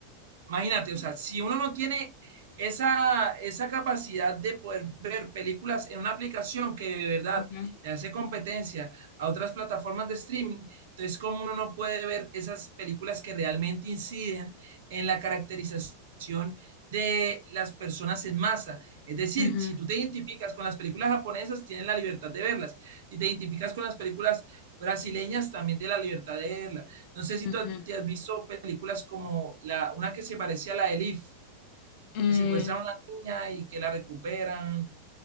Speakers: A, on the right; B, on the left.
A: Imagínate, o sea, si uno no tiene esa, esa capacidad de poder ver películas en una aplicación que de verdad
B: ujú,
A: le hace competencia a otras plataformas de streaming, entonces cómo uno no puede ver esas películas que realmente inciden en la caracterización de las personas en masa. Es decir,
B: ujú,
A: si tú te identificas con las películas japonesas, tienes la libertad de verlas. Si te identificas con las películas brasileñas, también tienes la libertad de verlas. No sé si
B: ujú.
A: tú ha- te has visto películas como la, una que se parecía a la de Elif,
B: Mm,
A: que secuestraron a la niña y que la recuperan,